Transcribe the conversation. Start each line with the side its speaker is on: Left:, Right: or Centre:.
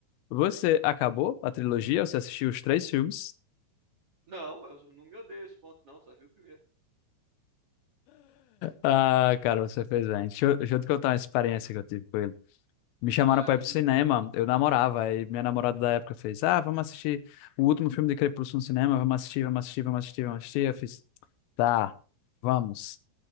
Left: Você acabou a trilogia? Você assistiu os três filmes?
Right: Não, eu não me odeio esse ponto, não, só vi o primeiro.
Left: Ah, cara, você fez bem. Deixa eu, deixa eu te contar uma experiência que eu tive com ele. Me chamaram
Right: Daí,
Left: pra ir pro cinema, eu namorava, aí minha namorada da época fez: Ah, vamos assistir o último filme de Crepúsculo no cinema, vamos assistir, vamos assistir, vamos assistir, vamos assistir. Eu fiz: Tá, vamos.